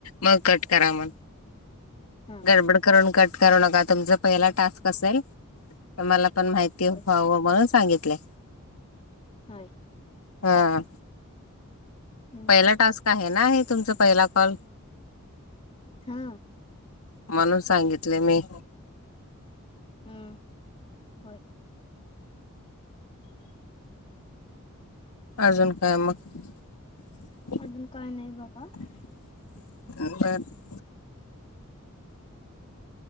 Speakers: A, on the left; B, on the left.
A: मग कट करा म्ह
B: हा
A: डब करून क करू नका तुम पहिला टास्क असेल मला पण माहिती
B: होय
A: व्हावं म्हणून सांगितलेय
B: ह
A: हा
B: हम्म
A: पहिला टास्क आहे ना हे तुमचा पहिला कॉल
B: हा
A: म्हणून सांगितले मी
B: हम्म होय
A: अर्जन काय म का
B: अजून काय नाही बघा
A: आ